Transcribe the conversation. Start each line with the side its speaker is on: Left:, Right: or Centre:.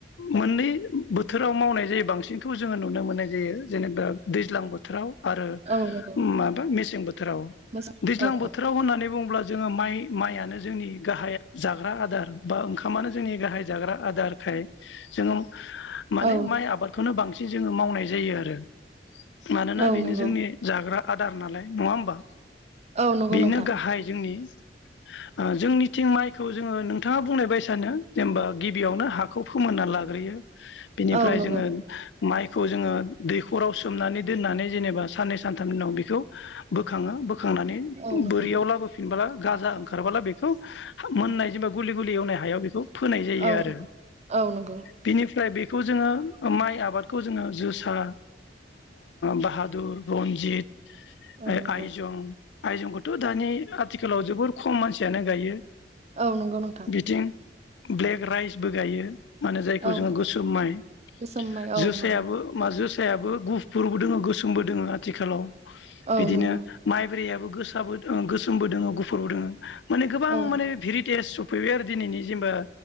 Left: मोननै बोथोराव मावनाय जायो बांसिनथ' जोङो नुनो मोननाय जायो जेनेबा दैज्लां बोथोराव आरो
Right: औ नंगौ
Left: माबा मेसें बोथोर बोथोराव
Right: मेसें
Left: दैज्लां
Right: औ
Left: बोथोराव होननानै बुङोब्ला जोङो माइ माइयानो जोंनि गाहाय जाग्रा आदार बा ओंखामानो जोंनि गाहाय जाग्रा आदारखाय जोङो माने
Right: औ नंगौ
Left: माइ आबादखौनो बांसिन एसे जोङो मावनाय जायो आरो मानोना
Right: औ
Left: बेनो
Right: नंगौ
Left: जोंनि जाग्रा आदार नालाय नङा होमबा?
Right: औ नंगौ
Left: बेनो
Right: नोंथां
Left: गाहाय जोंनि ओ जोंनि थिं माइखौ जोङो नोंथाङा बुंनाय बाय सानो जेनेबा गिबियावनो हाखौ फोमोनना लाग्रोयो बिनिफ्राय
Right: औ नंगौ
Left: जोङो माइ खौ जोङो दैखराव सोमनानै दोननानै जेनेबा साननै सानथाम उनाव बेखौ बोखाङो फोखांनानै
Right: औ नंगौ
Left: बोरियाव लाबोफिनब्ला गाजा ओंखारबाला बेखौ मोननाय जेनेबा गुलि गुलि एवनाय हायाव बेखौ फोनाय जायो
Right: औ
Left: आरो
Right: नंगौ औ नंगौ
Left: बेनिफ्राय बे खौ जोङो माइ आबादखौ जोङो जोसा, बाहादुर, रनजित
Right: औ
Left: आइ-आइजं
Right: नंगौ
Left: आयजंखौथ' दानि आथिखालाव जोबोर खम मानसियानो गायो
Right: औ नंगौ नोंथां
Left: बिथिं ब्लेक राइसबो गायो माने जायखौ
Right: औ
Left: जोङो
Right: नंगौ
Left: गोसोम माइ
Right: गोसोम माइ औ
Left: जोसायाबो
Right: नंगौ
Left: मा जोस सायाबो गुफुरबो दोङो गोसोमबो दोङो आथिखालाव
Right: औ
Left: बिदिनो
Right: नंगौ
Left: माइब्रैयाबो गोसाबो दो ओ गोसोमबो दोङो गुफुरबो दोङो मोन गोबां
Right: औ नंगौ
Left: माने भेरिटेस सफैबाय आरो दिनैनि जेनेबा